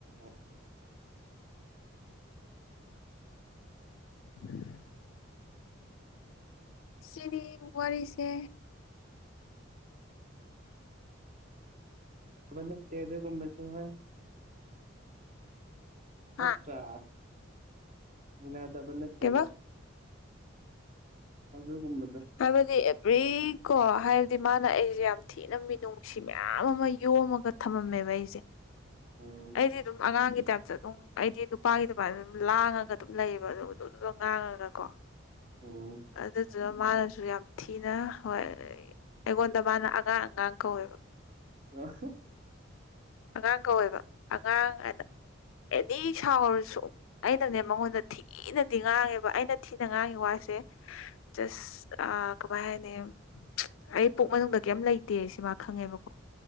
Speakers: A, on the right; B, on the left.
A: <inaudible>
B: <inaudible> ꯆꯅꯤ ꯋꯥꯔꯤꯁ
A: ꯑ ꯅ ꯄꯦꯕꯒꯨꯝꯕꯁꯨꯥꯏ ꯅꯠꯇ꯭ꯔꯥ
B: ꯍꯥ
A: ꯌꯥꯗꯕ ꯅꯠꯇꯦꯕ
B: ꯀꯩꯕ
A: ꯑꯗꯨꯒꯨꯝꯕꯗꯣ
B: ꯍꯥꯏꯕꯗꯤ ꯑꯦꯕ꯭ꯔꯤ ꯀꯣ ꯍꯥꯏ ꯑꯗꯨ ꯃꯥꯅ ꯑꯩꯁꯦ ꯌꯥꯝ ꯊꯤꯅ ꯃꯤꯅꯨꯡꯁꯤ ꯃꯌꯥꯝ ꯑꯃ ꯌꯣꯝꯃꯒ ꯊꯝꯃꯝꯃꯦꯕ ꯑꯩꯁꯦ
A: ꯎꯝ
B: ꯑꯩꯗꯤ ꯑꯗꯨꯉꯥꯡ ꯇꯥꯏꯞꯇ ꯑꯗꯨꯝ ꯑꯩꯗꯤ ꯅꯨꯄꯥꯒꯤ ꯑꯗꯨꯃꯥꯏꯅ ꯑꯗꯨꯝ ꯂꯥꯡꯉꯒ ꯑꯗꯨꯝ ꯂꯩꯌꯦꯕ ꯑꯗꯨꯖꯖ ꯉꯥꯡꯉꯒ ꯀꯣ
A: ꯎꯝ
B: ꯑꯗꯁꯨ ꯁꯨ ꯌꯥꯝ ꯊꯤꯅ ꯍꯣꯏ ꯑꯩꯉꯣꯟꯗ ꯃꯥꯅ ꯑꯉꯥꯡ ꯑꯉꯥꯡ ꯀꯧꯋꯦꯕ
A: ꯑ
B: ꯑꯉꯥꯡ ꯀꯧꯋꯦꯕ ꯑꯉꯥꯡ ꯍꯥꯏꯅ ꯑꯦꯅꯤ ꯁꯥꯎꯔꯁꯨ ꯑꯩꯅꯅꯦ ꯃꯉꯣꯟꯗ ꯊꯤꯅꯗꯤ ꯉꯥꯡꯉꯦꯕ ꯑꯩꯅ ꯊꯤꯅ ꯉꯥꯡꯉꯤ ꯋꯥꯁꯦ ꯆꯁ ꯑ ꯀꯕꯥꯍꯤꯅꯦ ꯑꯩ ꯄꯨꯛ ꯃꯅꯨꯡꯗ ꯀꯩꯝ ꯂꯩꯇꯦ ꯁꯤ ꯃꯥ ꯈꯪꯉꯦꯕꯀꯣ